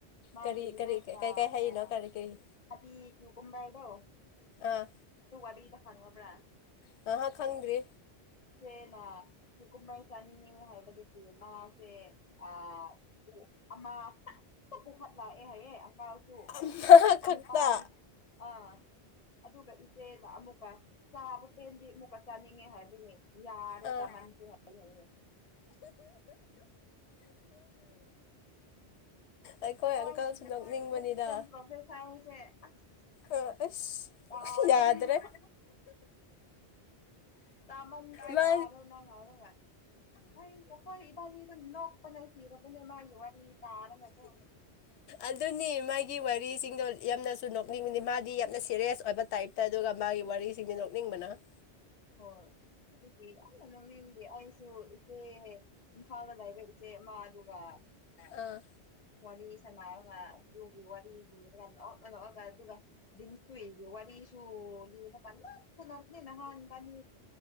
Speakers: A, on the left; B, on the left.
A: ꯃꯥꯒꯤ
B: ꯀꯔꯤ
A: ꯅꯨꯄꯤꯅꯥ
B: ꯀꯔꯤ ꯀꯩ ꯀꯩ ꯍꯥꯏꯔꯤꯅꯣ ꯀꯔꯤ ꯀꯔꯤ
A: ꯊꯥꯕꯤ ꯀꯨꯀꯨꯝꯕꯔꯗꯣ
B: ꯑꯥ
A: ꯗꯨ ꯋꯥꯔꯤꯗꯣ ꯈꯪꯉꯕ꯭ꯔꯥ
B: ꯉꯥꯏꯍꯥꯛ ꯈꯪꯗ꯭ꯔꯤ
A: ꯏꯆꯦꯅ ꯀꯨꯀꯨꯝꯃꯔ ꯆꯥꯅꯤꯡꯉꯦ ꯍꯥꯏꯕꯗꯒꯤ ꯃꯥꯁꯦ ꯑꯥ ꯄꯨ ꯑꯃ ꯄꯠ ꯇ ꯄꯨꯈꯠ ꯂꯥꯛꯑꯦ ꯍꯥꯏꯌꯦ ꯑꯆꯥꯔꯁꯨ
B: ꯑꯃ
A: ꯉꯛꯄ
B: ꯈꯛꯇ
A: ꯅꯨꯄꯥꯅꯤ ꯑꯥ ꯑꯗꯨꯒ ꯏꯆꯦꯗ ꯑꯃꯨꯛꯀ ꯆꯥꯕ ꯍꯦꯟꯗꯤ ꯑꯃꯨꯛꯀ ꯆꯥꯅꯤꯡꯉꯦ ꯍꯥꯏꯕꯅꯦ ꯌꯥꯔꯣ
B: ꯑꯥ
A: ꯇꯝꯍꯟꯁꯦ ꯍꯥꯏ ꯍꯥꯏꯌꯦ꯫
B: ꯑꯩꯈꯣꯏ
A: ꯑꯣ ꯍꯥꯏꯗꯤ
B: ꯑꯪꯀꯜꯁꯨ
A: ꯑꯦꯁꯤꯁꯇꯦꯟ
B: ꯅꯣꯛꯅꯤꯡꯕꯅꯤꯗ
A: ꯄ꯭ꯔꯐꯦꯁꯥꯔꯁꯦ ꯑꯁ
B: ꯑꯁ
A: ꯫ ꯇꯥꯗꯕꯅꯤꯈ
B: ꯌꯥꯗ꯭ꯔꯦ
A: ꯇꯥꯃꯟꯗꯔ꯭ꯦ
B: ꯃꯥ
A: ꯌꯥꯔꯦ ꯅꯡ ꯍꯥꯏꯔꯒ ꯫ ꯑꯩ ꯑꯩꯈꯣꯏ ꯏꯕꯥꯅꯤꯗꯣ ꯅꯣꯛꯄꯅ ꯁꯤꯔꯕꯅꯦ ꯃꯥꯒꯤ ꯋꯥꯔꯤ ꯇꯥꯔꯒꯀꯣ꯫
B: ꯑꯗꯨꯅꯤ ꯃꯥꯒꯤ ꯋꯥꯔꯤꯁꯤꯡꯗꯣ ꯌꯥꯝꯅꯁꯨ ꯅꯣꯛꯅꯤꯡꯕꯅꯤ ꯃꯥꯗꯤ ꯌꯥꯝꯅ ꯁꯦꯔꯤꯌꯁ ꯑꯣꯏꯕ ꯇꯥꯏꯞ ꯇ ꯑꯗꯨꯒ ꯃꯥꯒꯤ ꯋꯥꯔꯤꯁꯤꯡꯁꯦ ꯅꯣꯛꯅꯤꯡꯕꯅꯥ ꯫
A: ꯍꯣꯏ ꯑꯗꯨꯒꯤ ꯌꯥꯝꯅ ꯅꯣꯛꯅꯤꯡꯒꯤ ꯑꯩꯁꯨ ꯏꯆꯦ ꯏꯝꯐꯥꯜꯗ ꯂꯩꯕ ꯏ ꯆꯦ ꯑꯃꯥꯗꯨꯨꯒꯥ
B: ꯑꯥ
A: ꯋꯥꯔꯤ ꯁꯅꯥꯔꯒ ꯌꯨꯒꯤ ꯋꯥꯔꯤ ꯂꯤꯔꯒ ꯅꯣꯛꯅ ꯅꯣꯛꯑꯒ ꯑꯗꯨꯒ꯫ ꯗꯤꯟꯁꯨ <unintelligible> ꯋꯥꯔꯤꯁꯨꯨ ꯂꯤꯔꯒ ꯅꯣꯛꯄ ꯅꯣꯛꯄꯅꯦ ꯅꯍꯥꯟ ꯏꯕꯥꯟꯅꯤ